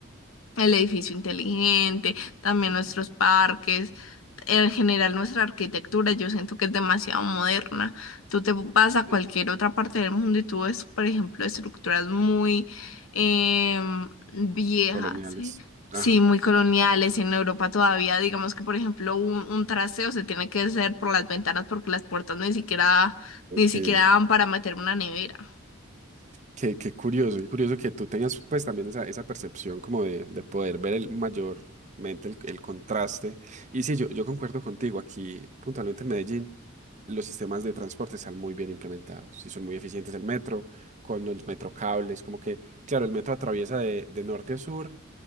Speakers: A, on the left; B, on the right.
A: el edificio inteligente, también
B: ujú,
A: nuestros parques, en general nuestra arquitectura, yo siento que es demasiado moderna. Tú te vas a
B: sí,
A: cualquier otra parte del mundo y tú ves, por ejemplo, estructuras muy em, viejas,
B: Coloniales.
A: sí
B: Ajá.
A: Sí, muy coloniales. En Europa todavía, digamos que, por ejemplo, un, un trasteo se tiene que hacer por las ventanas porque las puertas ni siquiera,
B: ok.
A: ni siquiera dan para meter una nevera.
B: Qué, qué curioso, qué curioso que tú tengas pues también esa, esa percepción como de, de poder ver el mayormente el, el contraste. Y sí, yo, yo concuerdo contigo, aquí puntualmente en Medellín los sistemas de transporte están muy bien implementados y son muy eficientes el metro, con los metrocables, como que, claro, el metro atraviesa de, de norte a sur